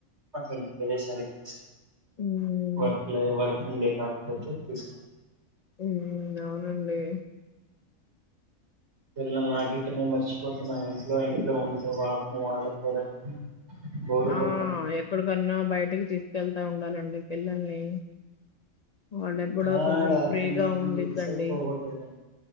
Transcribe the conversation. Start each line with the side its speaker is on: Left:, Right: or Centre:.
Right: అట్లాంటి ప్రదేశాలకు
Left: ఉమ్,
Right: వర్కు లో వర్కింగ్ డే కాకపోతే తీసుకెల్తాం
Left: ఉ అవునండి
Right: పిల్లని నాకిటమె మర్చిపోతున్నాం ఇంట్లో ఇంట్లో ఉంటే వా వాళ్ళకి కూడా బోరు
Left: ఆ
Right: కొడుతుంది
Left: ఎక్కడికన్నా బయటికి తీస్ వెళ్తా ఉండాలండి పిల్లల్ని వాళ్ళకి కూడా
Right: యాడ
Left: కొంచెం ఫ్రీగా
Right: తినే తిండికి
Left: ఉంద్దండి
Right: సరిపోవట్లేదండి